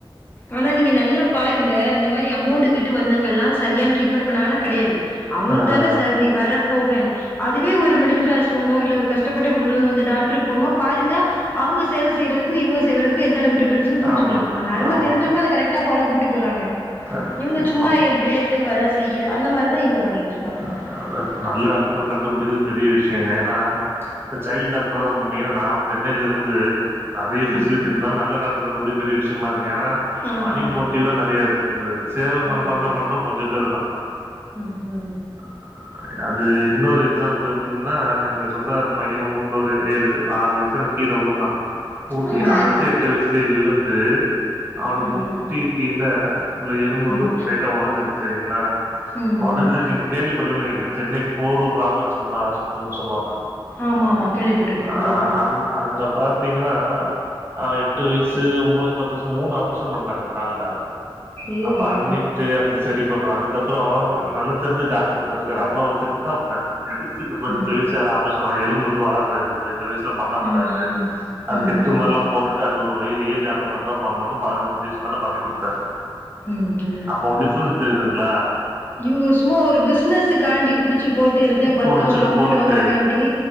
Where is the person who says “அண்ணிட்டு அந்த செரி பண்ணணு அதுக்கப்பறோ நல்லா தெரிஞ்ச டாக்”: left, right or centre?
Right